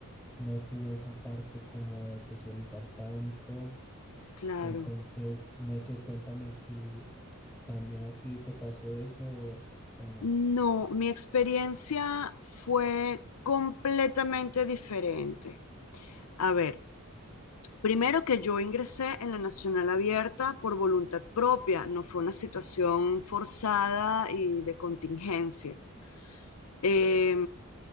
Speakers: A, in the centre; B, on the left (about 85°).
A: no tuve esa parte como de socializar tanto
B: claro.
A: entonces, no sé, cuéntame si también a ti te pasó eso o, o no.
B: No, mi experiencia fue completamente diferente. A ver, primero que yo ingresé en la Nacional Abierta por voluntad propia, no fue una situación forzada y de contingencia. Eh,